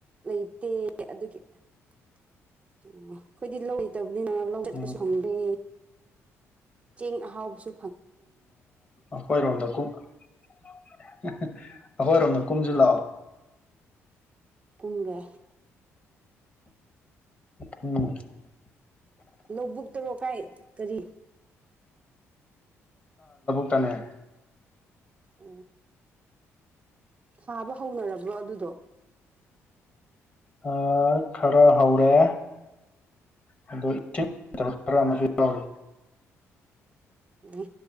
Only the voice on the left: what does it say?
ꯎꯝ
ꯎꯝꯣꯏꯔꯣꯗ ꯀ ꯑꯩꯈꯣꯏꯔꯣꯝꯗ ꯀꯨꯝꯁꯤ
ꯂꯥꯛꯑꯣ
ꯎꯝ
ꯇꯅꯦ
ꯑ ꯈꯔ ꯍꯧꯥꯎꯔꯦ ꯑꯣ ꯏꯁꯤꯡꯕꯛ ꯈꯔ ꯑꯃꯁꯨ ꯌꯥꯎꯔꯤ